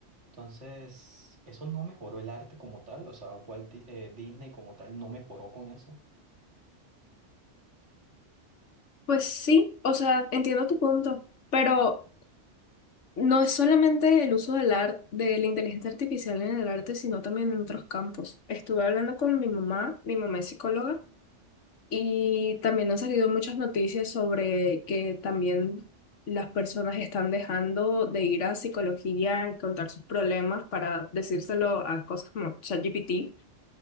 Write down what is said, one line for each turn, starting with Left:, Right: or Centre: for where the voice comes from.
Right: Entonces, eso no mejoró el arte como tal, o sea, Walt Di- eh, Disney como tal no mejoró con eso
Left: Pues sí, o sea, entiendo tu punto, pero no es solamente el uso del arte, de la inteligencia artificial en el arte, sino también en otros campos. Estuve hablando con mi mamá, mi mamá es psicóloga, Y también han salido muchas noticias sobre que también las personas están dejando de ir a psicología a contar sus problemas para decírselo a cosas como ChatGPT